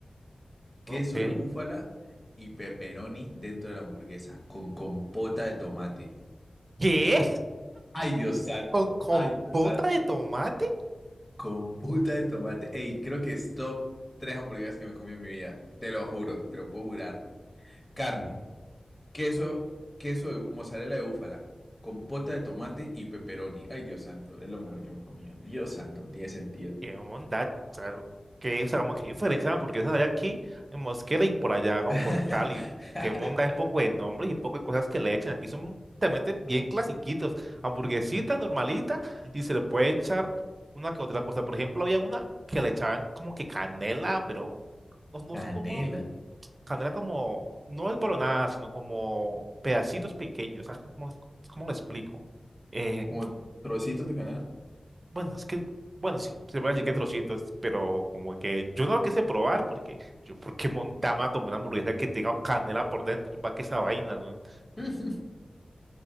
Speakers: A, on the left (about 15°); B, on the right (about 45°).
A: queso
B: Ok.
A: de búfala y pepperoni dentro de la hamburguesa con compota de tomate.
B: ¿Qué?
A: Ay, Dios santo,
B: ¿Con compota
A: ay, Dios santo.
B: de tomate?
A: Compota de tomate. Ey, creo que es top tres hamburguesas que me comí en mi vida. Te lo juro, te lo puedo jurar. Carne, queso, queso de mozzarella de búfala, compota de tomate y pepperoni. Ay, Dios santo, es lo mejor que me comía. Dios santo, no tiene sentido.
B: ¿Qué onda? Claro. ¿Qué, o sea, como que diferencia de hamburguesas hay aquí en Mosquera y por allá como
A: <laughs>
B: por Cali? ¿Qué onda? Hay poco de nombres y poco de cosas que le echan. Aquí son, te meten bien clasiquitos. Hamburguesita normalita y se le puede echar una que otra cosa. Por ejemplo, había una que le echaban como que canela, pero no, no
A: Canela.
B: sé cómo Canela como, no es nada, sino como pedacitos pequeños. Ah, ¿Cómo, cómo lo explico? Eh,
A: Como trocito de canela.
B: bueno, es que, bueno, sí, se puede decir que trocitos, pero como que yo no lo quise probar porque yo, ¿por qué mondama como una hamburguesa que tenga canela por dentro? Yo, ¿para qué esa vaina, weón?
A: <laughs>